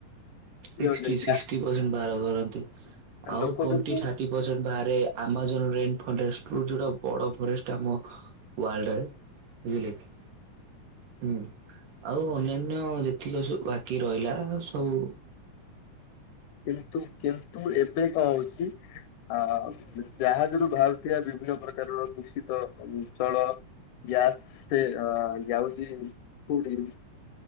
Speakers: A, on the right; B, on the left.
A: ଶିଷ୍ଟି
B: ଇଏ ହୋଇଯାଇଥିଲା
A: ଶିଖଷ୍ଟି ପରସେଣ୍ଟ ବାହାର କରନ୍ତି, ଆଉ
B: ଲୋକ
A: ଟୋଣ୍ଟି
B: କିନ୍ତୁ
A: ଥାର୍ଟି ପରସେଣ୍ଟ ବାହାରେ ଆମାଜନ ରେନ ଫରେଷ୍ଟ ରୁ ଯୋଉଟା ବଡ ଫରେଷ୍ଟ ଆମ ୱାଲଡ଼ ରେ ବୁଝିଲେ କି ହୁଁ। ଆଉ ଅନ୍ୟାନ୍ୟ ଯେତିକ ସବୁ ବାକି ରହିଲା ସବୁ।
B: କିନ୍ତୁ କିନ୍ତୁ ଏବେ କଣ ହଉଛି ଆଁ ଜାହାଜରୁ ବାହାରୁଥିବା ବିଭିନ୍ନ ପ୍ରକାରର ଦୂଷିତ ଜଳ ଗ୍ୟାସ ସେ ଯାଉଛି କୋଉଠିକୁ?